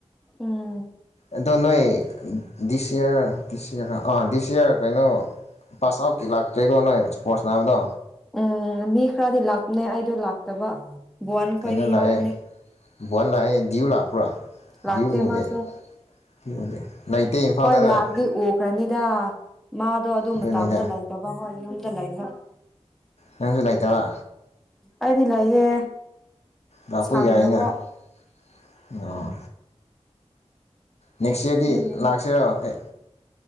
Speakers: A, in the centre; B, on the left.
A: ꯎꯝ
B: ꯑꯗꯣ ꯅꯣꯏ ꯗꯤꯁ ꯏꯌꯥꯔꯗꯤꯁ ꯔ ꯑꯥ ꯗꯤꯁ ꯏꯌꯥꯔ ꯀꯩꯅꯣ ꯄꯥꯁ ꯑꯥꯎꯠꯀꯤ ꯂꯥꯛꯇꯦꯀꯣ ꯅꯣꯏ ꯏꯁ꯭ꯄꯣꯔꯠꯁ ꯅꯥꯕꯗꯣ
A: ꯎꯝ ꯃꯤ ꯈꯔꯗꯤ ꯂꯥꯛꯅꯦ ꯑꯩꯗꯣ ꯂꯥꯛꯇꯕ ꯕꯣꯟ ꯈꯣꯏꯗꯤ
B: ꯀꯩꯅꯣ ꯂꯥꯛꯑꯦ
A: ꯌꯥꯎꯕꯅꯦ
B: ꯕꯜ ꯂꯥꯛꯑꯦ ꯗꯤꯌꯨ ꯂꯥꯛꯄ꯭ꯔꯥ
A: ꯂꯥꯥꯛꯇꯦ
B: ꯗ꯭ꯌꯨ ꯎꯗꯦ
A: ꯃꯥꯁꯨ
B: <unintelligible> ꯏꯝꯐꯥꯜꯗ
A: ꯑꯣꯏ
B: ꯅꯣꯏ
A: ꯂꯥꯛꯒꯗꯤ ꯎꯈ꯭ꯔꯅꯤ ꯌꯥ ꯃꯥꯗꯣ ꯑꯗꯨꯝꯕ
B: ꯑꯗꯨꯅꯤꯗ
A: ꯇꯥꯝꯅ ꯂꯩꯇꯕ ꯍꯣꯏ ꯌꯨꯝꯗ ꯂꯩꯕ
B: ꯅꯪꯁꯨ ꯂꯩꯇꯕ
A: ꯑꯩꯗꯤ ꯂꯩꯌꯦ
B: ꯂꯥꯛꯄ
A: ꯁꯪꯗꯕ
B: ꯌꯥꯏꯅ ꯑꯣ ꯅꯦꯛꯁ ꯏꯌꯥꯔꯗꯤ
A: ꯑꯗꯨꯒꯤꯅꯦ
B: ꯂꯥꯛꯁꯤꯔꯣ ꯑꯦ